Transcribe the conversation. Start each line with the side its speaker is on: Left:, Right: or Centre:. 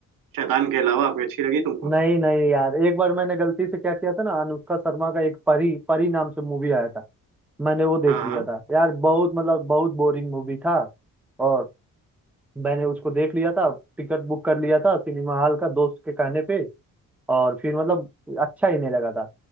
Right: शैतान के अलावा कोई अच्छी लगी तुमको
Centre: नहीं नहीं यार एक बार मैंने गलती से क्या किया था ना अनुष्का शर्मा का एक परी परी नाम से मूवी आया था मैंने वो देख
Right: हाँ
Centre: लिया था यार बहुत मतलब बहुत बोरिंग मूवी था और मैंने उसको देख लिया था टिकट बुक कर लिया था सिनेमा हॉल का दोस्त के कहने पे और फिर मतलब अच्छा ही नहीं लगा था